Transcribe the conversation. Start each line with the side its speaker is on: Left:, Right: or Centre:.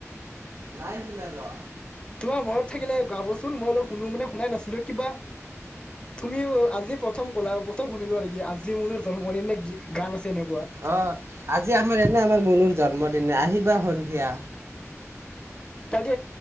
Right: নাই শু নাই ৰ
Left: তোমাৰ মনত থাকিলে গাবচোন মই অলপ শুনো মানে শুনাই নাছিলো কিবা, তুমি আজি প্ৰ প্ৰথম ক'লা আৰু প্ৰথম শুনিলোঁ কি আজি মোৰ ম এনে গান আছে এনেকুৱা
Right: অ আজি আমাৰ এনে আমাৰ মনুৰ জন্ম দিনে আহি প্বা সন্ধিয়া
Left: তালি